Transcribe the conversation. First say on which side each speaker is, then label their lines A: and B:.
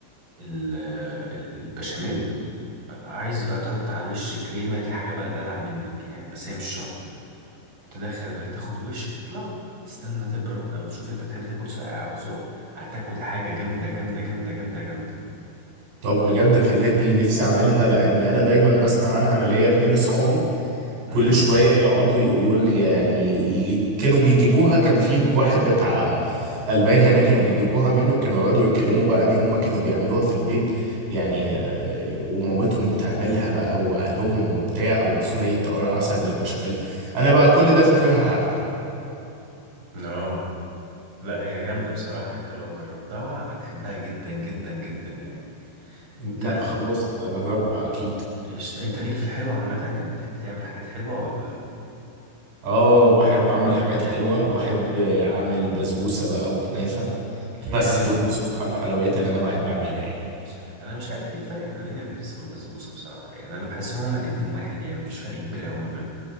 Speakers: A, on the right (about 25°); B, on the right (about 55°).
A: ال- آه، ال- البشاميل عايز بقى تحط على الوش كريمه دي حاجه بقى دلع منك يعني بس هي مش شرط تدخل بقى تاخد وش تطلع تستنى تبرد او تشوف انت بتحب تاكل ساقع او سخن هتاكل حاجه جامده جامده جامده جامده جامده
B: طب بجد خلتني نفسي اعملها لاني انا دايما بسمع عنها انا ليا اتنين اصحابي كل
A: امم
B: شويه يقعدوا يقولوا لي يعني يجي كانوا بيجيبوها كان في واحد بتاع البان هنا كانوا بيجيبوها منه كانوا يقعدوا يتكلموا بقى ان هم كانوا بيعملوها في البيت يعني آه، ومامتهم بتعملها بقى واهلهم وبتاع وصينيه عسل بالبشاميل انا بقى كل ده فاكرها حدقه
A: اه لا هي جامده بصراحه انت لو جربتها هتحبها جدا جدا جدا يعني انت
B: لا خلاص اجربها اكيد
A: إيش- انت ليك في الحلو عامه يعني بتحب تعمل حاجات حلوه ولا
B: اه بحب اعمل حاجات حلوه بحب اعمل بسبوسه بقى وكنافه
A: جامد
B: بس دول بصراحه الحلويات اللي انا بحب اعملها يعني
A: مش انا مش عارف ايه الفرق ما بين الهريسه والبسبوسه بصراحه يعني انا بحسهم هما الاتنين واحد يعني مفيش فرق كبير قوي ما بينهم